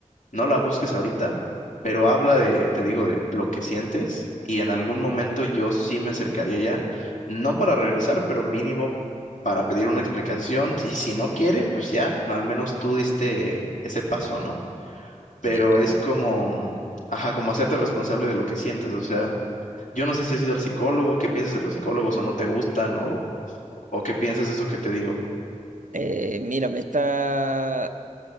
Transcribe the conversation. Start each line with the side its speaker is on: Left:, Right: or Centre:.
Left: no la busques ahorita, pero habla de, te digo, de lo que sientes y en algún momento yo sí me acercaría ya, no para regresar, pero mínimo para pedir una explicación y si no quiere, pues ya, al menos tú diste ese paso, ¿no? Pero
Right: Sí, ok.
Left: es como, mm, ajá, como hacerte responsable de lo que sientes, o sea, yo no sé si has ido al psicólogo, qué piensas de los psicólogos o no te gustan o, o qué piensas de eso que te digo.
Right: Eh, mira, me está,